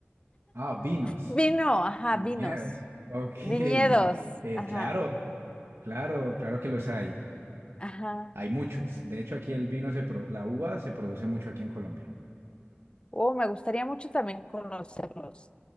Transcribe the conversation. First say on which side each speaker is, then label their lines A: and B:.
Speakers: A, on the right; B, on the left.
A: Ah, vinos,
B: vino, ajá,
A: viñedos.
B: vinos,
A: Ok,
B: viñedos,
A: Eh,
B: ajá,
A: claro, claro, claro que los hay.
B: ajá.
A: Hay muchos. De hecho, aquí el vino, se pro- la uva se produce mucho aquí en Colombia.
B: Oh, me gustaría mucho también conocerlos.